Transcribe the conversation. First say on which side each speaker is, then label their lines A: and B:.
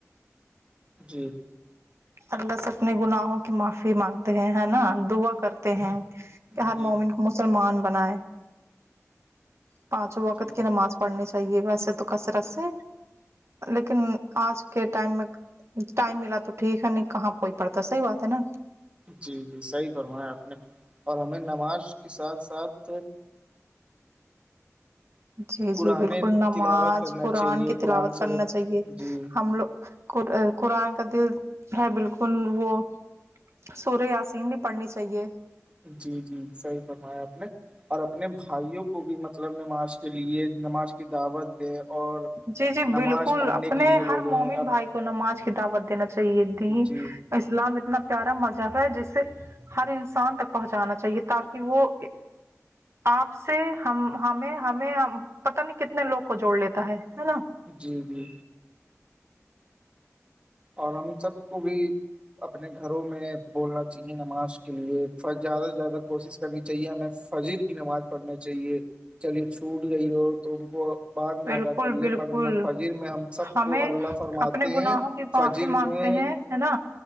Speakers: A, on the right (about 20°); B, on the right (about 55°).
A: جی
B: اللہ سے اپنے گناہوں کی معافی مانگتے ہیں نا دعا کرتے ہیں کہ
A: جی
B: ہر مومن مسلمان بنائے پانچو وقت
A: جی
B: کی نماز پڑنی چاہیے ویسے تو کثرت سے لیکن آج کے ٹائم میں ٹائم ملا تو ٹھیک ہے نہیں کہاں کوئی پڑتا ہے صحیح بات ہے نا
A: جی جی صحیح فرمایا آپ نے اور ہمیں نماز کے ساتھ ساتھ
B: جی
A: قرآن
B: جی بالکل نماز
A: تلاوت کرنا
B: قرآن
A: چاہیے
B: کی
A: قرآن
B: تلاوت
A: سر
B: کرنا چاہیے
A: جی
B: ہم لوگ قرآن کا دل ہے بالکل وہ سورہ یاسین بھی پڑھنی چاہیے
A: جی جی صحیح فرمایا آپ نے اور اپنے بھائیوں کو بھی مطلب نماز کے لیے نماز کی دعوت دیں اور
B: جی جی
A: نماز
B: بالکل
A: پڑھنے
B: اپنے
A: کے لیے بولے
B: ہر مومن
A: اب
B: بھائی کو نماز دعوت دینا چاہیے دین
A: جی
B: اسلام اتنا پیارا مذہب ہے جسے ہر انسان تک پہنچانا چاہیے تاکہ وہ آپ سے ہم ہمیں ہمیں پتہ نہیں کتنے لوگ کو جوڑ لیتا ہے نا
A: جی جی اور ہم سب کو بھی اپنے گھروں میں بولنا چاہیے نماز کے لیے زیادہ سے زیادہ کوشش کرنی چاہیے ہمیں فجر کی نماز پڑھنا چاہیے چلیے چھوٹ گئی ہو تو ان کو بعد میں
B: بالکل
A: ادا کر لے
B: بالکل
A: پر فجر میں ہم سب
B: ہمیں
A: کو اللہ فرماتے
B: اپنے گناہوں
A: ہیں
B: کی معافی
A: فجر
B: مانگتے
A: میں
B: ہیں ہے نا